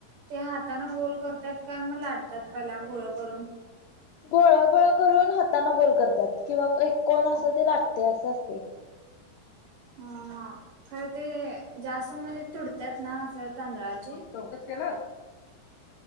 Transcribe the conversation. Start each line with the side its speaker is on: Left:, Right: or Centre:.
Right: ते हातानें गोल करतात काय मग लाटताय पहीले गोळे करून.
Left: गोळ गोळ करून हाताने गोल करतात किंवा एक कोण अस ते लाटते असं असतेय.
Right: हा खरं ते जास्त म्हणजे तुडतात ना असं तांदळाचे.
Left: चौघस केल.